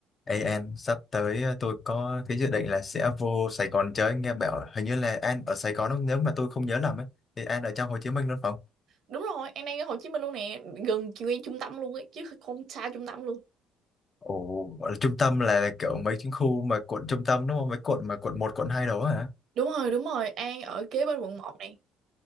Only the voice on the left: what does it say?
Ê em, sắp tới ờ, tôi có cái dự định là sẽ vô Sài Gòn chơi Nghe bảo hình như là An ở Sài Gòn đúng không? Nếu mà tôi không nhớ lầm ấy Thì An ở trong Hồ Chí Minh đúng không?
Ồ, gọi là trung tâm là kiểu mấy cái khu mà quận trung tâm đúng không? Mấy quận mà quận một, quận 2 đó hả?